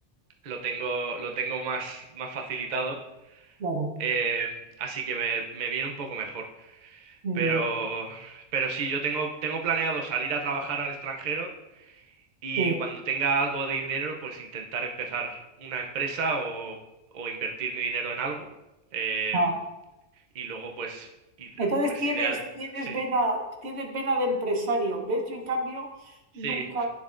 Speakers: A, on the right; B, on the right.
A: lo tengo, lo tengo más, más facilitado,
B: Claro,
A: em, así que me me viene un poco mejor.
B: muy
A: Pero,
B: bien.
A: pero sí, yo tengo, tengo planeado salir a trabajar al extranjero y
B: sí.
A: cuando tenga algo de dinero, pues intentar empezar una empresa o, o invertir mi dinero en algo. em,
B: Ah,
A: y luego, pues, id-
B: Entonces
A: pues
B: tienes,
A: ideal.
B: tienes
A: Sí,
B: vena, tienes vena de empresario, ¿ves? Yo en cambio
A: sí,
B: nunca,